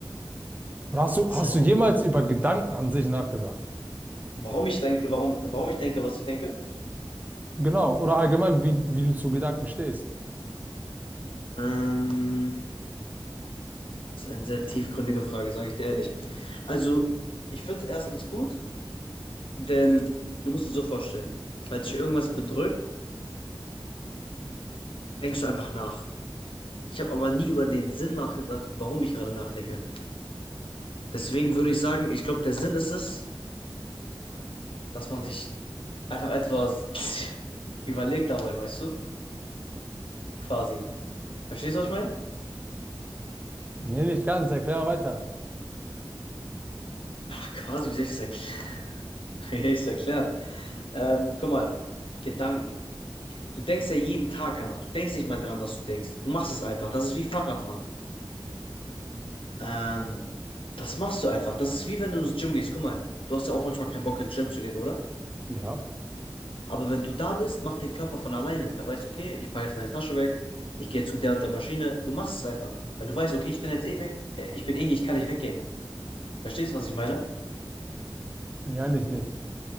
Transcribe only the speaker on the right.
Oder hast du,
hast
du jemals über Gedanken an sich nachgedacht?
Genau. Oder allgemein, wie, wie du zu Gedanken stehst?
Nee, nicht ganz. Erklär mal weiter.
Ja.
Ja, nicht, nicht.